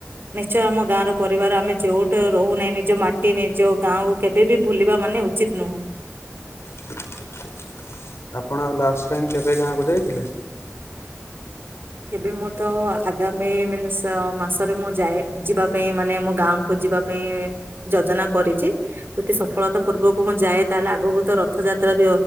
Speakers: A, on the right; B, on the left.
A: ନିଶ୍ଚୟ ଆମ ଗାଁ ର ପରିବାର ଆମେ ଯୋଉଠୁ ରହୁନାହିଁ ନିଜ ମାଟି ନିଜ ଗାଁକୁ କେବେବି ଭୁଲିବା ମାନେ ଉଚିତ୍ ନୁହୁଁ।
B: ଠିକ୍ ଠିକ୍ ଠିକ୍ ଆପଣ ଆଉ ଲାଷ୍ଟ୍ ଟାଇମ୍ କେବେ ଗାଁକୁ ଯାଇଥିଲେ?
A: ଏବେ ମୁଁ ତ ଆଗାମୀ <unintelligible> ମାସରେ ମୁଁ ଯାଏ ଯିବା ପାଇଁ ମାନେ ମୁଁ ଗାଁକୁ ଯିବାକୁ ପାଇଁ ଯୋଜନା କରିଛି। ଯଦି ସଫଳତା ପୂର୍ବକ ମୁଁ ଯାଏ ତାହେଲେ ଆଗକୁ ତ ରଥଯାତ୍ରା ବି